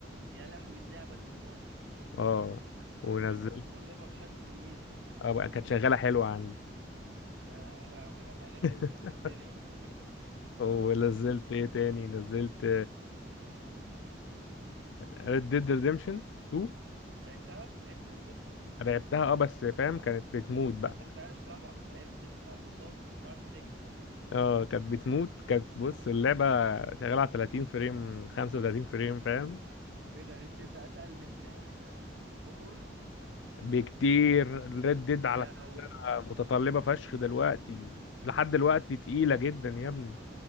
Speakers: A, on the right; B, on the left.
A: يا لهوي اللعبه دي خرافه
B: اه ونزلت
A: وكانت متطلبه بشكل مميت
B: اه بقى كانت شغاله حلوه عندي
A: يا لهوي ده احنا
B: <laughs>
A: هنخرب الدنيا بقى
B: ونزلت ايه تاني نزلت ريد ديد ريديمشن 2
A: لعبتها لعبت ريد ديد
B: لعبتها اه بس فاهم كانت بتموت بقى
A: ختمتهاش طبعا لعبت الحصان وقعدت تجري بقى
B: اه كانت بتموت كانت بص اللعبة شغالة على 30 فريم 35 فريم فاهم
A: ايه ده ريد ديد اتقل من آه، من هوجورز
B: بكتير ريد ديد
A: يا
B: على
A: لهوي
B: متطلبة فشخ دلوقتي لحد دلوقتي تقيلة جدا يا ابني